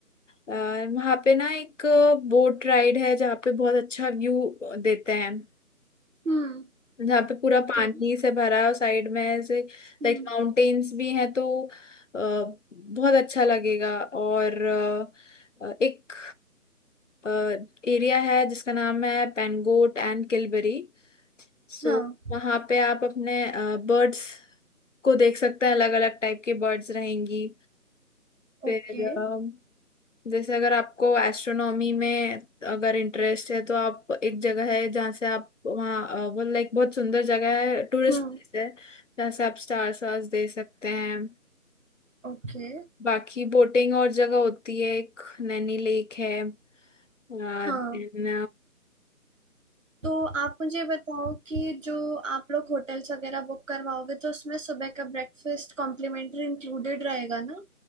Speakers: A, on the left; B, on the right.
A: अ, वहाँ पे ना एक बोट राइड है जहाँ पे बहुत अच्छा व्यू देते हैं
B: हम्म
A: जहाँ पे पूरा
B: ओके
A: पानी से भरा है और साइड में ऐसे
B: हम्म
A: लाइक माउंटेन्स भी हैं तो अ, बहुत अच्छा लगेगा और अ, एक एरिया है जिसका नाम है पेनगोट एंड किलबरी सो
B: हाँ
A: वहाँ पे आप अपने बर्ड्स को देख सकते हैं अलग अलग टाइप के बर्ड्स रहेंगी फिर
B: ओके
A: अ, जैसे अगर आपको एस्ट्रोनॉमी में अगर इंटरेस्ट है तो आप एक जगह है जहाँ से आप वहाँ अ, वो लाइक बहुत सुंदर जगह है टूरिस्ट
B: हम्म
A: प्लेस है जहाँ से आप स्टार्स वार्स दे सकते हैं
B: ओके
A: बाकी बोटिंग और जगह होती है एक नैनी लेक है देन
B: हाँ तो आप मुझे बताओ कि जो आप लोग होटल्स वगैरह बुक करवाओगे तो उसमें सुबह का ब्रेकफास्ट कॉम्प्लीमेंट्री इंक्लूडेड रहेगा ना